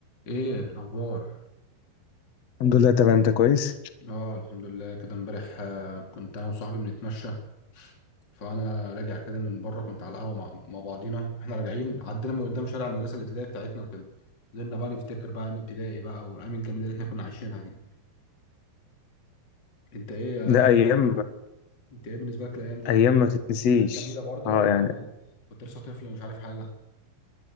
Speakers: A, on the left; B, on the left.
A: ايه الاخبار
B: الحمد لله تمام انت كويس
A: اه الحمد لله كده امبارح آه، كنت انا وصاحبي بنتمشى فانا راجع كده من بره كنت على القهوه مع, مع بعضينا احنا راجعين عدينا من قدام شارع المدرسه الابتدائيه بتاعتنا وكده فضلنا بقى نفتكر بقى ايام ابتدائي بقى والايام الجميله اللي احنا كنا عايشينها دي انت ايه
B: ده
A: آه،
B: ايام
A: انت ايه بالنسبه لك الايام دي كانت
B: ايام ما تتنسيش
A: ايام جميله برضه
B: اه
A: ولا
B: يعني
A: انت كنت لسه طفل ومش عارف حاجه